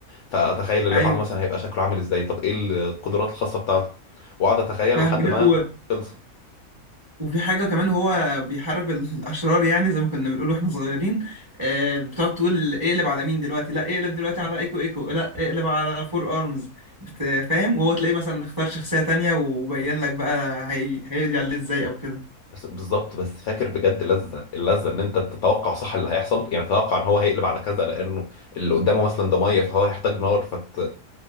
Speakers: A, on the left; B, on the right.
A: فاتخيل اللي
B: ايوه
A: بعده مثلا هيبقى شكله عامل ازاي طب ايه القدرات الخاصه بتاعته واقعد اتخيل
B: فاهمك
A: لحد
B: لا
A: ما
B: و...
A: خلص
B: وفي حاجه كمان هو بيحارب ال- الاشرار يعني زي ما كنا بنقول واحنا صغيرين آه بتقعد تقول اقلب على مين دلوقتي لا اقلب دلوقتي على ايكو ايكو لا اقلب على فور ارمز بت... فاهم وهو تلاقيه مثلا اختار شخصيه تانية وبين لك بقى هي... هيقضي عليه ازاي او كده
A: بس بالظبط بس فاكر بجد لذة اللذة ان انت تتوقع صح اللي هيحصل يعني تتوقع ان هو هيقلب على كذا لانه اللي قدامه مثلا ده ميه فهو هيحتاج نار فت...